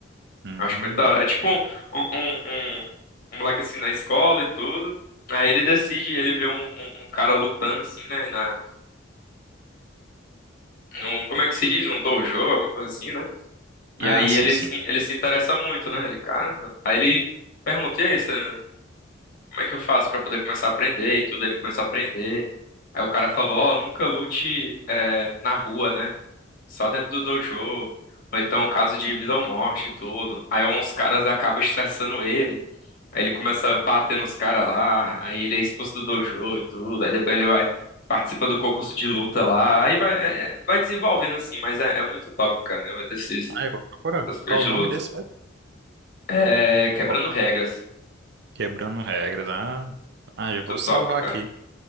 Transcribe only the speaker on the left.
Acho muito da hora. É tipo um, um, um, um- um moleque assim na escola e tudo. Aí ele decide, ele vê um, um, um cara lutando assim, né, na, num, como é que se diz? Num dojo, alguma coisa assim, né? E
aí
ele
se, ele se interessa muito, né? Ele, caramba. Aí ele pergunta, e aí, você, como é que eu faço pra poder começar a aprender e tudo? Ele começa a aprender. Aí o cara falou, ó, nunca lute é, na rua, né? Só dentro do dojo. Ou então caso de vida ou morte e tudo. Aí uns caras acabam estressando ele. Aí ele começa a bater nos caras lá, aí ele é expulso do dojo e tudo, aí depois ele vai, participa do concurso de luta lá, aí vai, é- é- vai desenvolvendo assim, mas é, é muito top, cara, né, esses,
essas coisas
de
luta.
É, quebrando
regras,
muito
top,
cara.